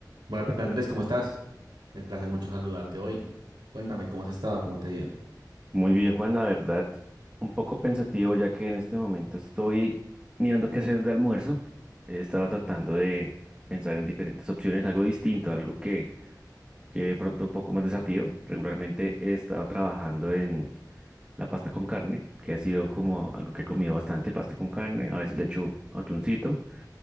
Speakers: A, on the right (about 85°); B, on the right (about 15°).
A: Buenas tardes, Andrés, ¿cómo estás? Me place mucho saludarte hoy. Cuéntame, ¿cómo has estado? ¿Cómo te ha ido?
B: Muy bien, Juan, la verdad, un poco pensativo ya que en este momento estoy mirando qué hacer de almuerzo. He estado tratando de pensar en diferentes opciones, algo distinto, algo que lleve de pronto un poco más desafío. Regularmente he estado trabajando en la pasta con carne, que ha sido como algo que he comido bastante, pasta con carne. A veces le echo atuncito